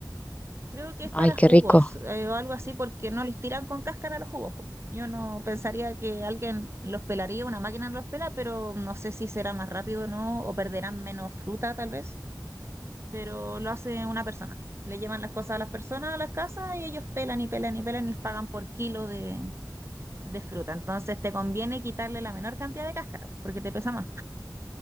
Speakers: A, on the right; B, on the left.
A: Creo que es
B: Ay,
A: para
B: qué
A: jugos
B: rico.
A: eh, o algo así, porque no les tiran con cáscara los jugos. po. Yo no pensaría que alguien los pelaría, una máquina los pela, pero no sé si será más rápido o no, o perderán menos fruta tal vez. Pero lo hace una persona. Le llevan las cosas a las personas a las casas y ellos pelan y pelan y pelan y les pagan por kilo de, de fruta. Entonces te conviene quitarle la menor cantidad de cáscara, po, porque te pesa más.